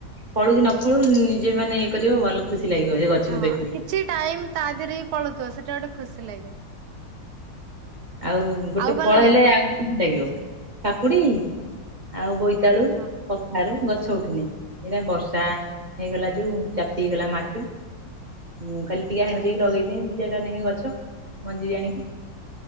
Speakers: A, on the right (about 45°); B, on the right (about 70°).
A: ଫଳୁ କି ନ ଫଳୁ ନିଜେ ମାନେ ଇଏ କରିବ ଭଲ ଖୁସି ଲାଗିବ ସେ ଗଛକୁ
B: ହଁ
A: ଦେଖିଲେ।
B: କିଛି ଟାଇମ ତା ଦେହରେ ହି ପଳୁଥିବ ସେଇଟା ଗୋଟେ ଖୁସି ଲାଗେ।
A: ଆଉ ଗୋଟେ
B: ଆଉ କଣ
A: ଫଳ
B: ଲଗେଇଛ
A: ହେଲେ ଆ ଲାଗିବ କାକୁଡି ଆଉ ବୋଇତାଳୁ
B: ହଁ
A: କଖାରୁ ଗ ଛ ଉଠିନି ଏଇରା ବର୍ଷା ହେଇଗଲା ଯୋଉ ଚାପି ହେଇଗଲା ମାଟି ମୁଁ ଖାଲି ଟିକେ ହାଣି ଦେଇକି ଲଗେଇଦି ଦି ଚାରିଟା ନେଇି ଗଛ। ମଞ୍ଜି ଆଣିକି